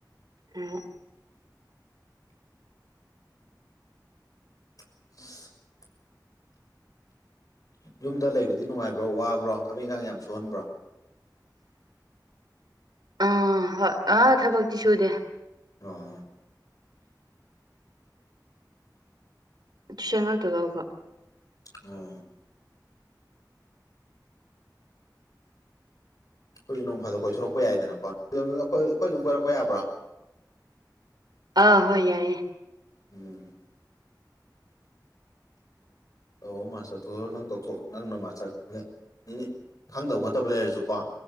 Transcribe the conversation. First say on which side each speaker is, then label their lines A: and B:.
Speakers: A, on the right; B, on the left.
A: ꯎꯝ
B: <inaudible> ꯌꯨꯝꯗ ꯂꯩꯕꯗꯤ ꯅꯨꯡꯉꯥꯏꯕ꯭ꯔꯣ ꯋꯥꯕ꯭ꯔꯣ ꯊꯕꯛ ꯏꯪꯒꯥꯡ ꯌꯥꯝ ꯁꯨꯍꯟꯕ꯭ꯔꯣ
A: ꯑꯥ ꯍꯣꯏ ꯑꯥ ꯊꯕꯛꯇꯤ ꯁꯨꯗꯦ
B: ꯑꯣ
A: ꯇꯨꯏꯁꯟ ꯉꯥꯛꯇ ꯂꯥꯎꯕ
B: ꯑꯣ ꯑꯈꯣꯏꯖꯨ ꯅꯣꯡ ꯐꯥꯗꯣꯛ ꯀꯣꯏꯊꯣꯔꯛꯄ ꯌꯥꯏꯗꯅꯀꯣ <unintelligible> ꯑꯈꯣꯏ ꯑꯈꯣꯏ ꯑꯗꯨꯝ ꯀꯣꯏꯔꯛꯄ ꯌꯥꯕ꯭ꯔꯣ
A: ꯑꯥ ꯍꯣꯏ ꯌꯥꯏꯌꯦ
B: ꯎꯝ ꯑꯣ ꯃꯥꯁꯇꯔ ꯇꯧꯊꯣ ꯅꯪ ꯇꯧꯊꯣꯛ ꯅꯪꯅ ꯃꯥꯁꯇꯔ ꯇꯧꯌꯥꯢ ꯅꯤꯅꯤꯠ ꯈꯪꯗꯕ ꯈꯣꯠꯇꯕ ꯂꯩꯔꯖꯨꯀꯣ